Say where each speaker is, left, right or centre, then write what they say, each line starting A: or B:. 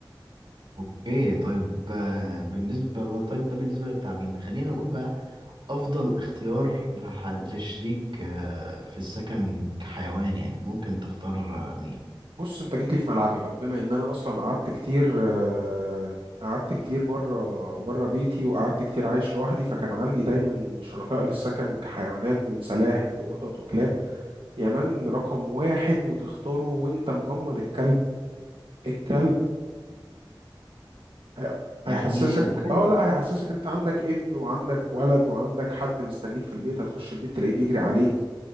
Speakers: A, on the right; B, on the right.
A: اوكي طيب آه، بالنسبة ده طيب ده بالنسبة للتعابين خلينا نقول بقى أفضل اختيار لح... لشريك آه، في السكن كحيوان يعني ممكن تختار آه، مين
B: بص انت جيت لي في ملعبي بقى بما ان انا اصلا قعدت كتير آه، قعدت كتير بره بره بيتي وقعدت كتير عايش لوحدي فكان عندي دايما شركاء للسكن كحيوانات من سلاحف وقطط وكلاب يا من رقم واحد وتختاره وانت مغمض الكلب الكلب هي-
A: يعني
B: هيحسسك
A: بحس
B: اه لا هيحسسك انت عندك ابن وعندك ولد وعندك حد مستنيك في البيت هتخش البيت تلاقيه بيجري عليك